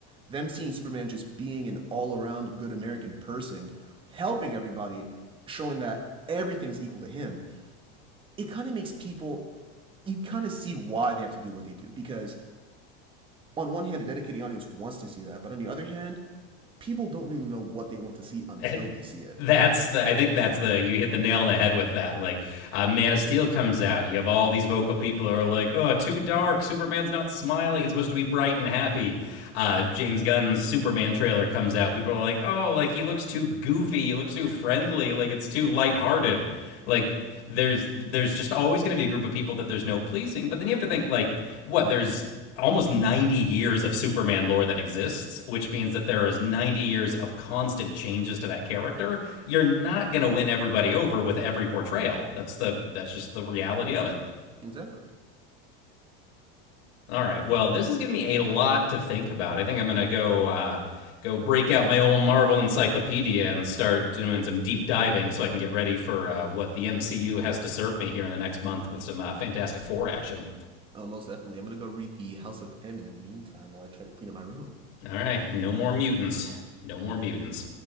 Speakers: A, on the right (about 15°); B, on the left (about 90°).
A: them seeing Superman just being an all-around good American person, helping everybody, showing that everything's equal to him. It kind of makes people you kind of see why they have to do what they do because on one hand a dedicated audience wants to see that, but on the other hand, people don't really know what they want to see until
B: And
A: they see it.
B: that's the. I think that's the. You hit the nail on the head with that. Like, uh, Man of Steel comes out. You have all these vocal people who are like, "Oh, too dark. Superman's not smiling. It's supposed to be bright and happy." Uh, James Gunn's Superman trailer comes out. People are like, "Oh, like he looks too goofy. He looks too friendly. Like it's too lighthearted." Like there's there's just always going to be a group of people that there's no pleasing. But then you have to think like, what? There's almost 90 years of Superman lore that exists, which means that there is 90 years of constant changes to that character. You're not going to win everybody over with every portrayal. That's the that's just the reality of it.
A: Exactly.
B: All right. Well, this has given me a lot to think about. I think I'm going to go uh, go break out my old Marvel encyclopedia and start doing some deep diving so I can get ready for uh, what the MCU has to serve me here in the next month with some uh, Fantastic Four action.
A: Oh, most definitely. I'm gonna go read the House of M in the meantime while I try to clean up my room.
B: All right, no more mutants. No more mutants.